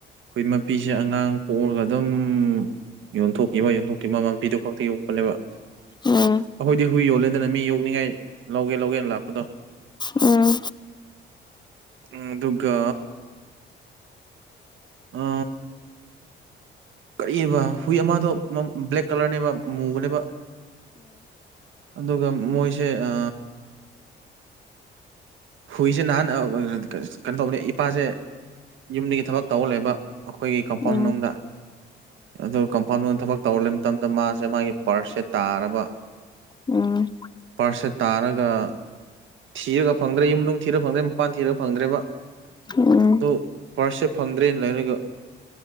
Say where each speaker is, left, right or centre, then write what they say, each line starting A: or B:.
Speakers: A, on the right; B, on the left.
A: ꯑꯩꯈꯣꯏ ꯃꯄꯤꯁꯦ ꯑꯉꯥꯡ ꯄꯣꯛꯑꯒ ꯑꯗꯨꯝ ꯌꯣꯟꯊꯣꯛꯈꯤꯕ ꯃꯥ ꯌꯣꯟꯊꯣꯛꯇ ꯃ ꯃꯄꯤꯗꯨꯣ ꯈꯛꯇ ꯌꯣꯛꯄꯅꯦꯕ
B: ꯎꯝ
A: ꯑꯩꯈꯣꯏꯗꯤ ꯍꯨꯏ ꯌꯣꯜꯂꯦ ꯑꯗꯨꯅ ꯃꯤ ꯌꯣꯛꯅꯤꯡꯉꯥꯏ ꯂꯧꯒꯦ ꯂꯧꯒꯦꯅ ꯂꯥꯛꯄꯗꯣ
B: ꯎꯝ
A: ꯎꯝ ꯑꯗꯨꯒ ꯎ ꯀꯔꯤꯕ ꯍꯨꯏ ꯑꯃꯗꯣ ꯕ꯭ꯂꯦꯛ ꯀꯂꯔꯅꯦꯕ ꯃꯨꯕꯅꯦꯕ ꯑꯗꯨꯒ ꯃꯣꯏꯁꯦ ꯑ ꯍꯨꯏꯁꯦ ꯅꯍꯥꯟ ꯀꯩꯅꯣ ꯇꯧꯕꯅꯦ ꯏꯄꯥꯁꯦ ꯌꯨꯝꯗꯒꯤ ꯊꯕꯛ ꯇꯧꯍꯜꯂꯕ ꯑꯩꯈꯣꯏꯒꯤ ꯀꯝꯄꯥ꯭ꯎꯟ
B: ꯎꯝ ꯎꯝ
A: ꯃꯅꯨꯡꯗ ꯑꯗꯨ ꯀꯝ ꯄꯥꯡꯂꯣꯟ ꯊꯕꯛ ꯇꯧꯂꯦ ꯃꯇꯝꯗ ꯃꯥꯁꯦ ꯃꯥꯒꯤ ꯄ꯭ꯔꯁꯁꯦ ꯇꯥꯔꯕ
B: ꯎꯝ
A: ꯄꯥꯔꯁꯁꯦ ꯇꯥꯔꯒ ꯊꯤꯔꯒ ꯐꯪꯗ꯭ꯔꯦ ꯌꯨꯝꯅꯨꯡ ꯊꯤꯔ ꯐꯪꯗ꯭ꯔꯦ ꯃꯄꯥꯟ ꯊꯤꯔ ꯐꯪꯗ꯭ꯔꯦꯕ
B: ꯎꯝ
A: ꯑꯗꯨ ꯄꯥꯔꯁꯤꯞ ꯐꯪꯗ꯭ꯔꯦꯅ ꯂꯩꯔꯒ